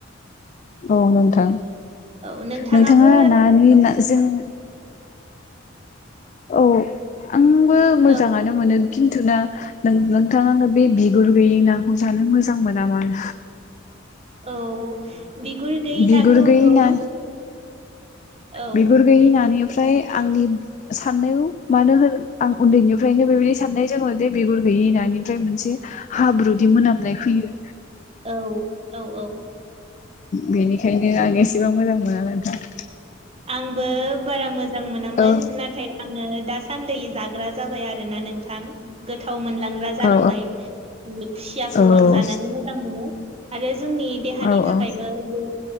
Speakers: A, on the left; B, on the right.
A: औ नोंथां।
B: औ नोंथाङाबो
A: नोंथाङा नानि जों औ आंबो मोजाङानो
B: औ
A: मोनो। खिन्थु ना नों-नोंथां आङो बे बिगुर गैयि नाखौ जानो मोजां मोना मानो।
B: औ बिगुर गैयि
A: बिगुर
B: नाखौ
A: गैयै
B: औ।
A: ना
B: औ
A: बिगुर गैयि नानि फ्राय आंनि साननायाव मानो होन आं उन्दैनिफ्रायनो बेबायदि साननाय जोङो दे बिगुर गै इ नानिफ्राय मोनसे हाब्रुदि मोनामनाय फैयो।
B: औ औ औ।
A: बेनिखायनो आं एसेबां मोजां मोना नोंथां।
B: आंबो बारा मोजां मोनामोन।
A: औ
B: नाथाय आङो दासान्दै जाग्रा जाबाय आरो ना नोंथां। गोथाव मोनलां ग्रा जालांबाय।
A: औ
B: खुसियाखौ
A: औ
B: आं जानानै मोजां मोनो आरो जोंनि देहानि
A: औ
B: थाखायबो
A: औ
B: बे